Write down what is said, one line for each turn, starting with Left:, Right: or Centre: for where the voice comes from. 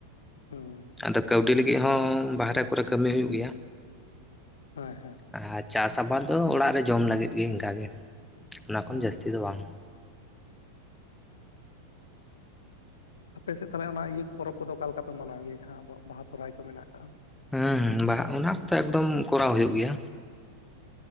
Left: <unintelligible>
Centre: ᱟᱫᱚ ᱠᱟᱹᱣᱰᱤ ᱞᱟᱹᱜᱤᱫ ᱦᱚᱸ ᱵᱟᱦᱨᱮ ᱠᱚᱨᱮ ᱠᱟᱹᱢᱤ ᱦᱩᱭᱩᱜ ᱜᱮᱭᱟ ᱾
Left: ᱦᱮᱸ ᱦᱮᱸ ᱾
Centre: ᱟᱨ ᱪᱟᱥ ᱟᱵᱟᱫ ᱦᱚᱸ ᱚᱲᱟᱜ ᱨᱮ ᱡᱚᱢ ᱞᱟᱹᱜᱤᱫ ᱜᱮ ᱤᱱᱠᱟ ᱜᱮ ᱚᱱᱟ ᱠᱷᱚᱱ
Left: ᱚ
Centre: ᱡᱟᱹᱥᱛᱤ ᱫᱚ ᱵᱟᱝ ᱾
Left: ᱟᱯᱮ ᱥᱮᱫ ᱛᱟᱦᱚᱞᱮ ᱚᱱᱟ ᱤᱭᱟᱹ ᱯᱚᱨᱚᱵᱽ ᱠᱚᱫᱚ ᱚᱠᱟᱞᱮᱠᱟ ᱯᱮ ᱢᱟᱱᱟᱣ ᱜᱮᱭᱟ ᱡᱟᱦᱟᱸ ᱟᱵᱚᱣᱟᱜ ᱵᱟᱦᱟ ᱥᱚᱨᱦᱟᱭ ᱠᱚ ᱢᱮᱱᱟᱜ ᱟᱠᱟᱜ-ᱟ?
Centre: ᱦᱮᱸᱸ ᱵᱟᱦᱟ ᱚᱱᱟ ᱠᱚᱛᱚ ᱮᱠᱫᱚᱢ ᱠᱚᱨᱟᱣ ᱦᱩᱭᱩᱜ ᱜᱮᱭᱟ ᱾